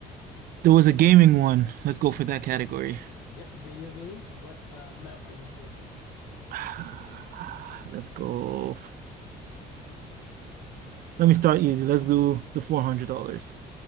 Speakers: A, on the right; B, on the left.
A: there was a gaming one. Let's go for that category.
B: Yep, video games. What uh, amount are you thinking?
A: <sighs> Let's go. Let me start easy. Let's do the $400.